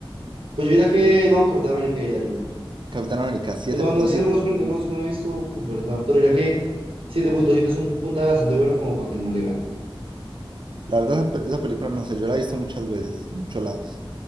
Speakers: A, on the right; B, on the right.
A: Pues yo diría que no, Capitán América diría yo.
B: Capitán América siete
A: Pues No,
B: punto
A: no, sí,
B: siete.
A: no conozco,
B: La verdad
A: no conozco, no he visto con fuerza, pero ya que 7.7 es un puntaje bastante bueno como para que no le gane.
B: la verdad, esa, pe- esa película no sé, yo la he visto muchas veces, en muchos lados.